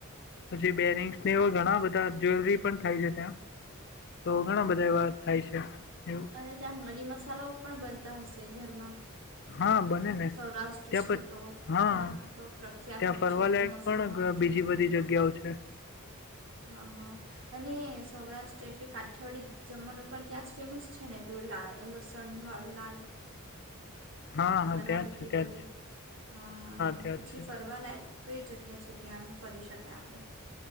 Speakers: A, on the left; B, on the right.
A: પછી બેરિંગ્સ એવા ઘણા બધા જ્વેલરી પણ થાય છે ત્યાં તો ઘણા બધા એવા થાય છે. એવું
B: અને ત્યાં મરી મસાલાઓ પણ બનતા હશે ઘરમાં.
A: હા બને ને
B: સૌરાષ્ટ્ર
A: ત્યાં
B: છે
A: પ
B: તો
A: હા
B: ત્યાંના તો પ્રખ્યાત
A: ત્યાં
B: હોય
A: ફરવાલાયક
B: છે બધા મસાલાઓ
A: પણ ગ બીજી બધી જગ્યાઓ છે.
B: હા હા અને સૌરાષ્ટ્ર એટલે કાઠિયાવાડી જમવાનું પણ ત્યાં જ ફેમસ છે ને પેલું લા લસણ વાળું લા
A: હા હા.
B: નાવે
A: ત્યાં જ
B: તે
A: છે,
B: બધું
A: ત્યાં જ છે.
B: હા હા હા
A: ત્યાં
B: પછી
A: જ છે.
B: ફરવા લાયક કઈ જગ્યા છે ત્યાં ફરી શકાય આપણે